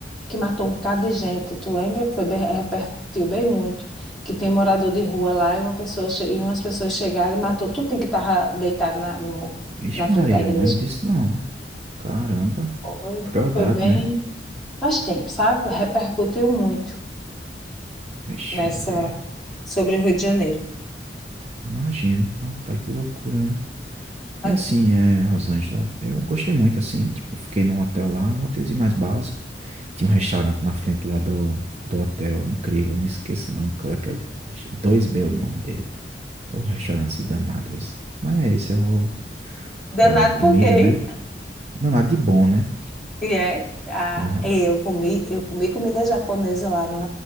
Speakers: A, in the centre; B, on the right.
A: que matou um bocado de gente. Tu lembra que foi bem- repercutiu bem muito, que tem morador de rua lá e uma pessoa che- e umas pessoas chegaram e matou tudo que estava deitado na, no-
B: Vixe,
A: na
B: Maria,
A: frente da igreja.
B: eu não lembro disso não. Caramba,
A: Foi,
B: crueldade,
A: foi bem,
B: né?
A: faz tempo, sabe? Repercutiu muito
B: Vixe,
A: nessa
B: Maria.
A: sobre o Rio de Janeiro.
B: Imagino. Rapaz, que loucura, né?
A: Ah,
B: E assim, é, Rosângela, eu gostei muito, assim, tipo, fiquei num hotel lá, um hotelzinho mais básico. Tinha um restaurante na frente lá do, do hotel, incrível, não esqueço nunca, aquele, dois b é o nome dele. O restaurante assim, danado esse. Mas é isso, eu vou
A: Danado
B: falando em comida,
A: por quê, hein?
B: né? Não, nada de bom, né?
A: E é, ah,
B: Aham.
A: eu comi, eu comi comida japonesa lá no,